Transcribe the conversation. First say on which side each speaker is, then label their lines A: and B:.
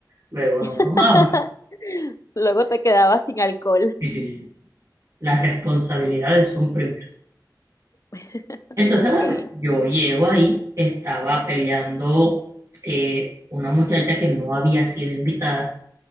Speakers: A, on the right; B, on the left.
A: Luego
B: <laughs>
A: no tomaba.
B: Luego te quedabas sin alcohol.
A: Sí, sí, sí. sí. Las responsabilidades son primero.
B: <laughs>
A: Entonces,
B: Ok,
A: bueno, yo llego ahí, estaba peleando eh, una muchacha que no había sido invitada